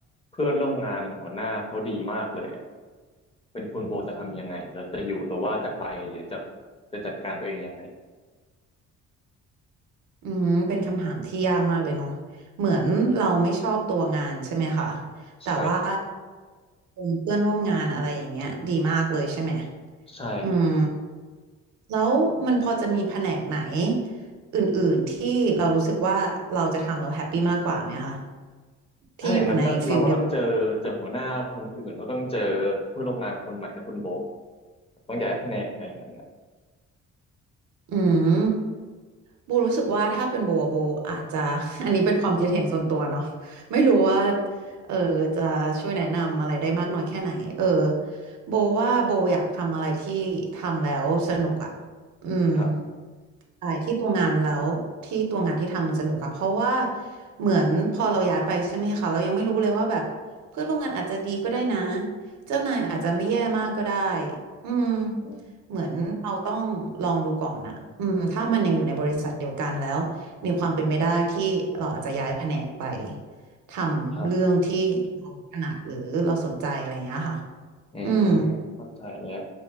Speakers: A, on the left; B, on the right.
A: เพื่อนร่วมงานหัวหน้าเขาดีมากเลยอะเป็นคุณโบจะทำยังไงจะจะอยู่หรือว่าจะไปหรือจะจะจัดการตัวเองยังไง
B: อืมเป็นคำถามที่ยากมากเลยเนาะเหมือนเราไม่ชอบตัวงานใช่ไหมคะแต่ว่า
A: ใช่
B: เป็นเพื่อนร่วมงานอะไรอย่างเงี้ยดีมากเลยใช่ไหม
A: ใช่ครับ
B: อืมแล้วมันพอจะมีแผนกไหนอื่นๆที่เรารู้สึกว่าเราจะทำแล้วแฮปปี้มากกว่าไหมคะที่อยู่ในฟิลเดียว
A: ถ้าอย่างนั้นเราก็ต้องเจอเจอหัวหน้าคนอื่นเราต้องเจอผู้ร่วมงานคนใหม่คุณโบต้องย้ายแผนกอะไรอย่างนั้นนะ
B: อืม โบรู้สึกว่าถ้าเป็นโบอะโบอาจจะ <laughs> อันนี้เป็นความคิดเห็นส่วนตัวเนาะไม่รู้ว่าเออจะช่วยแนะนำอะไรได้มากน้อยแค่ไหนเออโบว่าโบอยากทำอะไรที่ทำแล้วสนุกอ่ะอืม
A: ครับ
B: ใช่ที่ตัวงานแล้วที่ตัวงานที่ทำมันสนุกอะเพราะว่าเหมือนพอเราย้ายไปใช่ไหมคะเรายังไม่รู้เลยว่าแบบเพื่อนร่วมงานอาจจะดีก็ได้นะเจ้านายอาจจะไม่แย่มากก็ได้อืม
A: อืม
B: เหมือนเราต้องลองดูก่อนอะอืมถ้ามันยังอยู่ในบริษัทเดียวกันแล้วมีความเป็นไปได้ที่เราอาจจะย้ายแผนกไปทำเรื่องที่เราถนัดหรือเราสนใจอะไรอย่างเงี้ยค่ะ
A: ครับผมอืมเข้าใจแล้ว
B: อืม